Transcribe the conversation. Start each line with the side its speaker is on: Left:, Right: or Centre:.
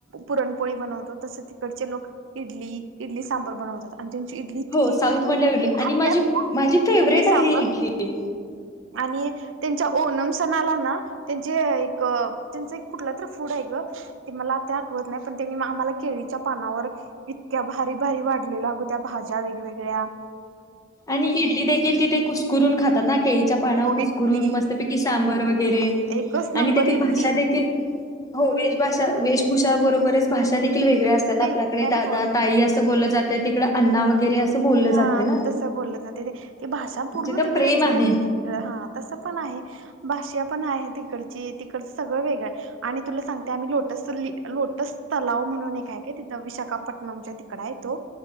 Right: पुरणपोळी बनवतो तसं तिकडचे लोक इडली इडली सांबर बनवतात. आणि त्यांची इडली इतकी
Left: हो साऊथ
Right: इतकी
Left: मधल्या इडल्या
Right: भारी
Left: आणि माझी
Right: असते ना
Left: माझी फेवरेट
Right: इडली सांबर
Left: आहे इडली. ये.
Right: आणि त्यांच्या ओणम सणाला ना त्यांचे एक त्यांचं एक कुठलं तर फूड आहे ग ते मला आता आठवत नाही पण त्यांनी आम्हाला केळीच्या पानावर इतक्या भारी भारी वाढलेलं अग त्या भाज्या वेगवेगळ्या
Left: आणि इडली देखील तिथे कुसकरून खातात ना. केळीच्या पानावर कुसकरून
Right: एक
Left: मस्तपैकी सांबर वगैरे
Right: एकच नंबर
Left: आणि तेथील
Right: इडली
Left: भाषा देखील हो वेशभाषा वेशभूषाबरोबरच भाषा दे खील वेगळ्या असतात,
Right: वेगळ्या
Left: आपल्याकडे दादा ताई असं बोललं जातयं, ति अण्णा वगैरे असं बोललं
Right: हा
Left: जातयं ना.
Right: तसं बोललं जातयं ते ती भाषा पूर्ण
Left: जिथं
Right: तिकड
Left: प्रेम आहे
Right: हा तस पण आहे. भाषा पण आहे तिकडची, तिकडचं सगळं वेगळं आहे, आणि तुला सांगते आम्ही लोटस ली लोटस तलाव म्हणून एक आहे काय तिथं, विशाखापट्टणमच्या तिकडं आहे तो.